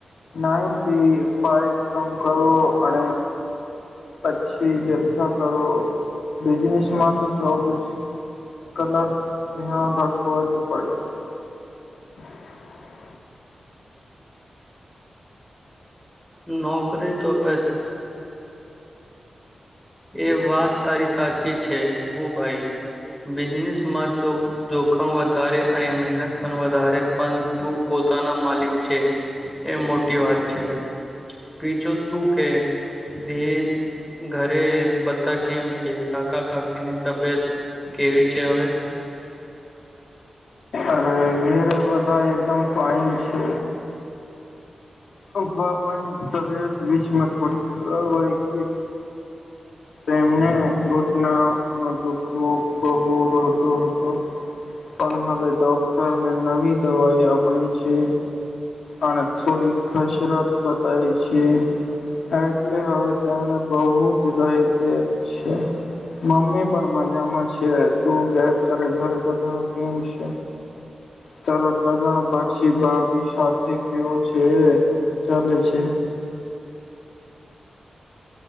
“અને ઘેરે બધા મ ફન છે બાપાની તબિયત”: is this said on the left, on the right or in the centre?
Left